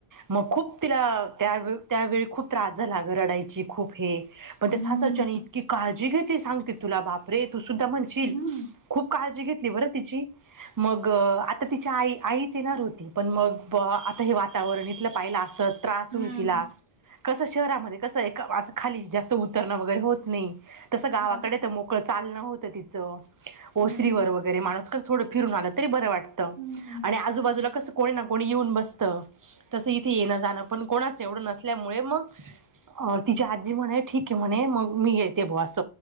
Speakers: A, on the right; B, on the right.
A: मग खूप तिला त्यावे त्यावेळी खूप त्रास झाला ग रडायची खूप हे.. पण त्या
B: हम्म
A: सासरच्यानी इतकी काळजी घेतली सांगते तुला बापरे! तू सुा म्हणशील,
B: हम्म
A: खूप काळजी घ.. त मग आ ति आई आईच येणार होती पण मग आ हे वातावर.. त पाहिलं अस त्रास
B: हम्म
A: होईल तिला. कसं शहरामध्ये कसं ए असं खाली जास्त उतरणं वगैरे होत नाही तसं गावाकडे
B: हा बाई
A: तर मोकळ. चालणं होतं तिचं, ओसरीवर,
B: हम्म
A: वगैरे माणूसकर थोडं फिरून आला तरी बरं वाटत.
B: हम्म हम्म
A: आणि आजूबाजूला कसं कोणी ना कोणी येऊन बसत. तसं इथे येणं जाणं पण कोणाच एवढं नसल्यामुळे मग.. अ तिची आजी म्हणे ठीक आहे, म्हणे मग.. मी येते ब अस